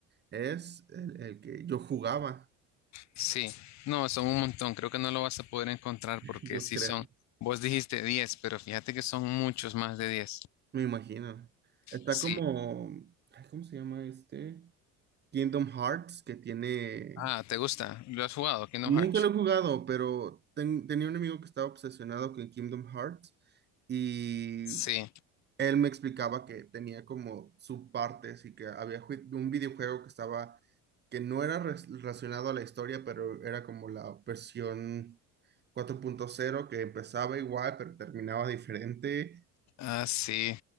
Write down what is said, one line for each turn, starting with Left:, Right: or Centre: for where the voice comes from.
Right: es el el que yo jugaba,
Left: sí. No, son un montón. Creo que no lo vas a poder encontrar
Right: <laughs>
Left: porque
Right: yo
Left: sí
Right: creo.
Left: son. Vos dijiste 10, pero fíjate que son muchos más de 10.
Right: Me imagino. Está
Left: Sí.
Right: como, ay, ¿cómo se llama este? Kingdom Hearts, que tiene...
Left: Ah, ¿te gusta? ¿Lo has jugado? Kingdom
Right: Nunca
Left: Hearts.
Right: lo he jugado, pero ten- tenía un amigo que estaba obsesionado con Kingdom Hearts y
Left: Sí.
Right: él me explicaba que tenía como subpartes y que había jue- un videojuego que estaba, que no era res- relacionado a la historia, pero era como la versión cuatro punto cero que empezaba igual, pero terminaba diferente
Left: Ah, sí,